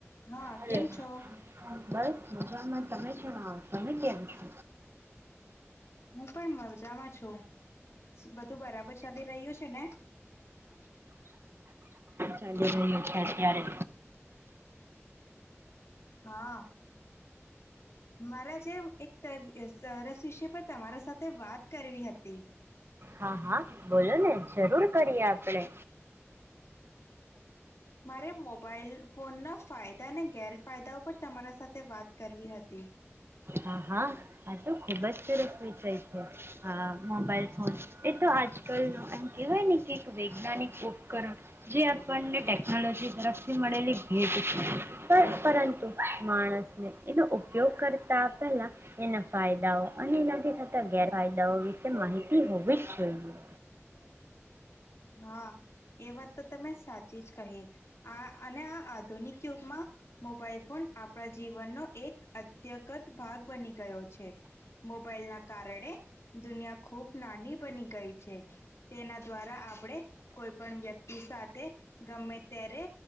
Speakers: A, on the left; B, on the right.
A: હા
B: હલો,
A: કેમ છો
B: બસ મજામાં તમે? હા, તમે કેમ છો?
A: હું પણ મજામાં છું, શું બધું બરાબર ચાલી રહ્યું છે ને?
B: <unintelligible> ક્યારે?
A: હા મારા જેમ એકતા સરસ વિષય પર તમારા સાથે વાત કરવી હતી.
B: હા-હા બોલો ને જરૂર કરીએ આપણે.
A: મારે મોબાઈલ ફોનના ફાયદા અને ગેરફાયદાઓ પર તમારા સાથે વાત કરવી હતી.
B: હા-હા આ તો ખુબ જ સરસ વિષય છે, આ મોબાઈલ ફોન એ તો આજકલ એમ કહેવાય ને કે વૈજ્ઞાનિક ઉપકરણ જે આપણને ટેકનોલોજી તરફથી મળેલી ભેટ છે પર પરંતુ માણસને એનો ઉપયોગ કર તા પેલા એના ફાયદાઓ અને એનાથી થતા ગેરફાયદાઓ વિશે માહિતી હોવી જ જોઈએ.
A: હા. એ વાત તો તમે સાચી જ કહી આ અને આ આધુનિક યુગમાં મોબાઈલ ફોન આપણા જીવનનો એક અત્યગત ભાગ બની ગયો છે મોબાઈલ ના કારણે દુનિયા ખૂબ નાની બની ગઈ છે તેના દ્વારા આ આપણે કોઈ પણ વ્યક્તિ સાથે ગમે ત્યારે